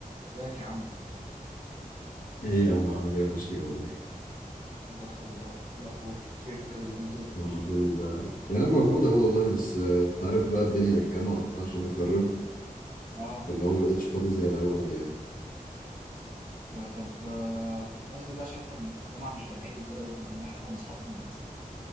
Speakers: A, on the right; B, on the left.
A: ازيك يا عم
B: ايه يا عم عامل ايه وحشني والله
A: وانت اكتر والله ايه الاخبار فينك كده اليومين دول
B: والله- يعني انا موجود اهو والله بس آه، انت عارف بقى الدنيا الجامعة وبتاع عشان بتخرج
A: اه
B: فاللي هو ما بقتش فاضي زي الاول يعني
A: ب- طب آه، بالمناسبه دي عشان انت في جامعه مش جامعتي وكده وان احنا كنا اصحاب في المدرسه